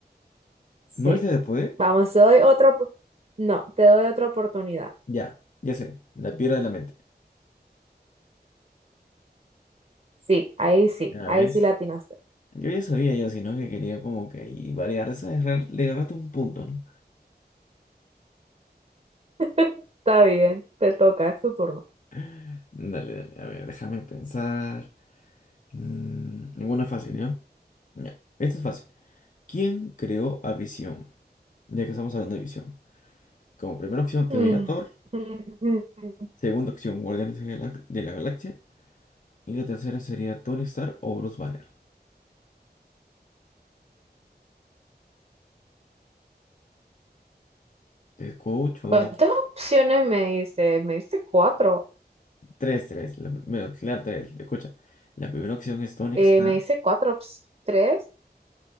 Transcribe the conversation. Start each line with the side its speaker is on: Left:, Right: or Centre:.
Right: Sí.
Left: ¿No es la del poder?
Right: Vamos, te doy otra, op- no, te doy otra oportunidad.
Left: Ya, ya sé, la piedra de la mente.
Right: Sí, ahí sí,
Left: ¿Ya
Right: ahí
Left: ves?
Right: sí la atinaste.
Left: Yo ya sabía yo, sino que quería como que ahí variar, esa es re- le agarraste un punto, ¿no?
Right: <laughs> Está bien, te toca, es tu turno.
Left: <laughs> Dale, dale, a ver, déjame pensar. Mm, ninguna fácil, ¿no? Ya, esto es fácil. ¿Quién creó a Visión? Ya que estamos hablando de Visión. Como primera opción te
Right: Mm,
Left: doy a Thor,
Right: <laughs> mm, mm.
Left: segunda opción Guardianes de la, de la Galaxia y la tercera sería Tony Stark o Bruce Banner. Te escucho.
Right: ¿Cuántas opciones me dice? Me dice cuatro.
Left: Tres, tres. La, pr- mira, claro, tres. Escucha. La primera opción es Tony
Right: Eh,
Left: Stark.
Right: me dice cuatro, ps- tres.